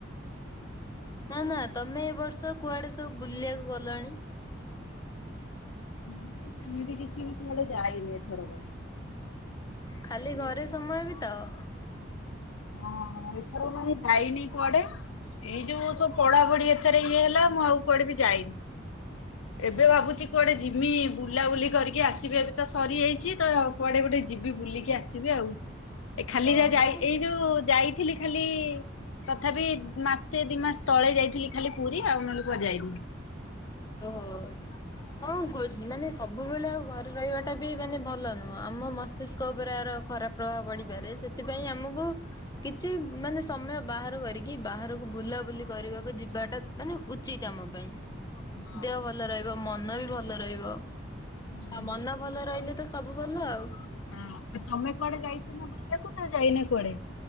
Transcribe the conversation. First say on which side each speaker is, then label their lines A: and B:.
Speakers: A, on the left; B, on the left.
A: ନାଁ ନାଁ ତମେ ଏ ବର୍ଷ କୁଆଡ଼େ ସବୁ ବୁଲିଆକୁ ଗଲଣି?
B: ମୁଁ ସେମିତି କିଛି ବି କୁଆଡ଼େ ଯାଇନି ଏଥରକ।
A: ଖାଲି ଘରେ
B: ଏଇ
A: ସମୟ ବିତାଅ?
B: ହଁ ଏଥର ମାନେ ଯାଇନି କୁଆଡ଼େ। ଏଇ ଯୋଉ ସବୁ ପଢ଼ାପଢ଼ି ଏଥେରେ ଇଏ ହେଲା ମୁଁ ଆଉ କୁଆଡ଼େ ବି ଯାଇନି। ଏବେ ଭାବୁଚି କୁଆଡ଼େ ଯିମି ବୁଲାବୁଲି କରିକି ଆସିବି ଏବେ ତ ସରିଯାଇଚି ତ କୁଆଡ଼େ ଗୋ ଏ ଯିବି ବୁଲିକି ଆସିବି ଆଉ ଏ ଖାଲି
A: ହଁ
B: ଯାହା
A: ମାନେ
B: ଯାଇ ଉ ଯାଇଥିଲି ଖାଲି ତଥାପି ମାସେ ଦି ମାସ ତଳେ ଯାଇଥିଲି ଖାଲି ପୁରୀ ଆଉ ନେଲେ କୁଆଡ଼େ ଯାଇନି।
A: ଓହୋ। ହଁ ଖୋଜ୍ ମାନେ ସବୁବେଳେ ଆଉ ଘରେ ରହିବାଟା ବି ମାନେ ଭଲ ନୁହଁ, ଆମ ମସ୍ତିଷ୍କ ଉପରେ ଆର ଖରାପ ପ୍ରଭାବ ପଡ଼ିପାରେ। ସେଥିପାଇଁ ଆମକୁ କିଛି ମାନେ ସମୟ ବାହାର କରିକି ବାହାରକୁ ବୁଲାବୁଲି କରିବାକୁ ଯିବାଟା ମାନେ ଉଚିତ ଆମ ପାଇଁ।
B: ହଁ।
A: ଦେହ ଭଲ ରହିବ, ମନ ବି ଭଲ ରହିବ,
B: ହୁଁ।
A: ଆଉ ମନ ଭଲ ରହିଲେ ତ ସେ ସବୁ ଭଲ ଆଉ।
B: ହଁ ଆଉ ତମ କୁଆଡେ ଯାଇଚ ନା ବୁଲିଆକୁ ନା ଯାଇନେ କୁଆଡେ?